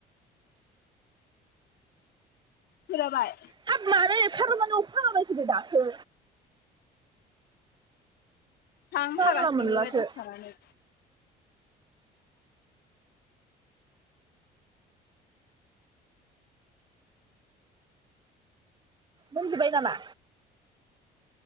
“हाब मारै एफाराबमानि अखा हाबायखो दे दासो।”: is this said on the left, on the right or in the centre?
Right